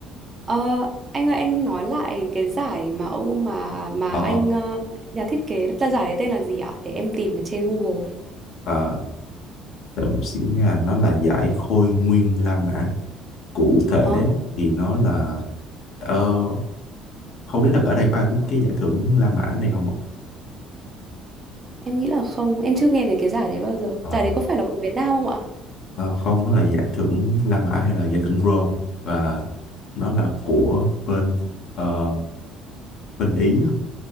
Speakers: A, on the right (about 20°); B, on the left (about 50°).
A: ờ, anh ơi anh nói lại cái giải mà ông mà mà
B: Ờ,
A: anh ờ, nhà thiết kế ra giải đấy tên là gì ạ? Để em tìm ở trên Google.
B: à, đợi một xíu nha, nó là giải Khôi Nguyên La Mã. Cụ thể
A: Ờ,
B: thì nó là ờ, không biết là ở đây có ai biết cái giải thưởng La Mã này không ạ?
A: em nghĩ là không, em chưa nghe về cái giải đấy bao giờ.
B: Ờ,
A: Giải đấy có phải là của Việt Nam không ạ?
B: ờ, không, nó là giải thưởng La Mã hay là giải thưởng Rome và nó là của bên ờ, bên Ý.